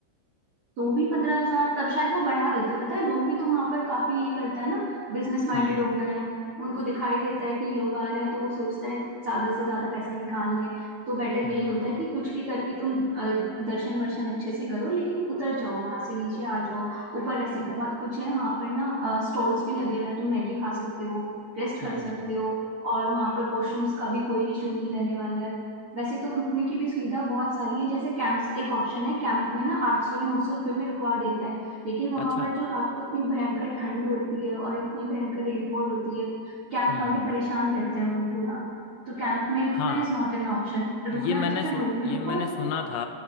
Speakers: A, on the right (about 60°); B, on the left (about 85°).
A: तो भी पंद्रह हजार तब शायद वो बढ़ा देते पता है लोग भी तो वहां पर काफी ये करते हैं ना बिजनेस माइंडेड
B: हम्म
A: हो गए हैं उनको दिखाई देता है कि लोग आ रहे हैं तो वो सोचते हैं ज्यादा से ज्यादा पैसा निकाल लें तो बेटर यही
B: हम्म
A: होता है कि कुछ भी करके तुम अ, दर्शन वर्शन अच्छे से करो लेकिन उतर जाओ वहां से नीचे आ जाओ ऊपर वैसे बहुत कुछ है वहां पर ना स्टॉल्स भी लगे हुए हैं तुम मैगी खा सकते हो रेस्ट कर
B: हम्म
A: सकते
B: हम्म, हम्म,
A: हो और वहां पर वॉशरूम्स का भी कोई इशू नहीं रहने वाला है वैसे तो रुकने की भी सुविधा बहुत सारी है जैसे कैंप्स एक ऑप्शन है कैंप में ना आठ सौ या नौ सौ रुपये में रुकवा देता है लेकिन वहां
B: अच्छा
A: पर जो रात को इतनी भयंकर ठंड होती है और इतनी भयंकर रेनफॉल होती है कैंप
B: हम्म
A: वाले परेशान रहते हैं वो पूरा तो कैंप में रुकना
B: हाँ
A: इज नॉट एन ऑप्शन रुकना
B: ये मैंने
A: है तो फिर
B: सु,
A: रूम में
B: ये
A: रुको
B: मैंने सुना था